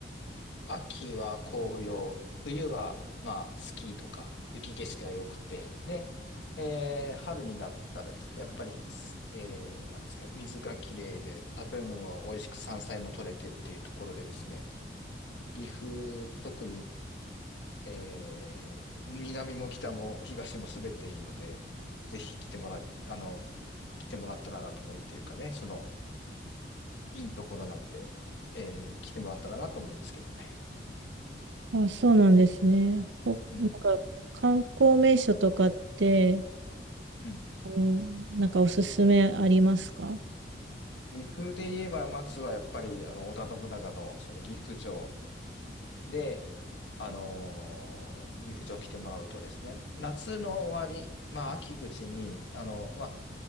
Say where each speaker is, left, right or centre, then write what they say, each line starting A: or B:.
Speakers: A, on the left; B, on the right.
A: 秋は紅葉、冬は、まあ、スキーとか、雪景色が良くて、で、えー春になったらですね、やっぱり、すえーなんですか、水がきれいで、食べ物も美味しく山菜も取れてっていうところでですね、岐阜、特に、えー南も北も東も全ていいので、ぜひ来てもら、あの、い来てもらったらなと思うっていうかね、その、いいところなんで、えー来てもらったらなと思うんですけどね。
B: あ、そうなんですね。ほなんか、
A: うん。
B: 観光名所とかって、
A: うん
B: あの、なんかおすすめありますか
A: 岐阜で言えば、松はやっぱり、あの、織田信長の、その岐阜城で、あのー、ギフジョー来てもらうとですね、夏の終わり、まあ、秋口に、あの、まあ、